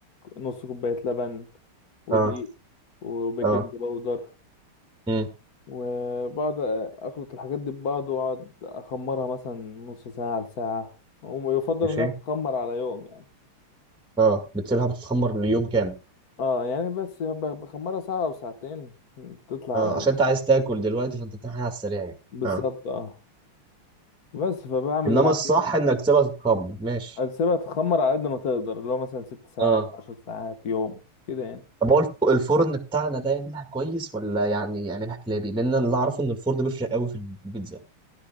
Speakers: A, on the left; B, in the centre.
A: نص كوبايه لبن ودقيق
B: اه
A: وبيكنج
B: اه
A: باودر
B: امم
A: وبقعد اخلط الحاجات دي ببعض واقعد اخمرها مثلا نص ساعة لساعة ويفضل
B: ماشي
A: انها تتخمر على يوم يعني
B: اه بتسيبها بتتخمر ليوم كامل
A: اه يعني بس ب- بخمرها ساعة او ساعتين بتطلع
B: اه عشان انت عايز تاكل دلوقتي فانت بتعمل حاجه على السريع يعني
A: بالظبط
B: اه
A: اه بس فبعمل
B: انما
A: العجينة
B: الصح انك تسيبها تتخمر ماشي
A: اسيبها تخمر على قد ما تقدر اللي هو مثلا ست ساعات
B: اه
A: عشر ساعات يوم كده يعني
B: طب هو الف- الفرن بتاعنا ده يعملها كويس ولا يعني يعملها كلابي لان انا اللي اعرفه ان الفرن بيفرق قوي في البيتزا